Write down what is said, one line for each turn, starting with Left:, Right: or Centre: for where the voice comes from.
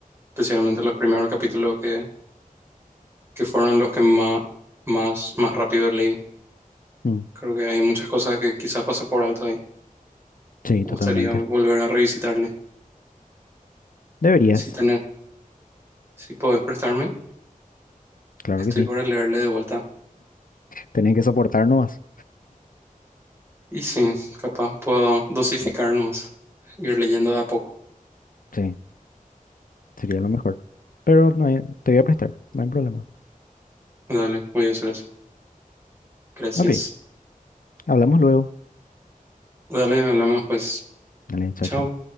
Right: especialmente los primeros capítulos que, que fueron los que más, más, más rápido leí.
Left: Mm,
Right: Creo que hay muchas cosas que quizás pasé por alto ahí. Me
Left: sí,
Right: gustaría
Left: totalmente.
Right: volver a revisitarle.
Left: Deberías,
Right: Si tenés, si podés prestarme,
Left: claro
Right: estoy
Left: que sí.
Right: para leerle de vuelta.
Left: Tenés que soportar nomás.
Right: Y sí, capaz puedo dosificar nomás, ir leyendo de a poco.
Left: Sí. Sería lo mejor. Pero no hay- te voy a prestar, no hay problema.
Right: Dale, voy a hacer eso. Gracias.
Left: Ok, hablamos luego.
Right: Dale, hablamos pues.
Left: Dale, chao,
Right: Chao.
Left: chao.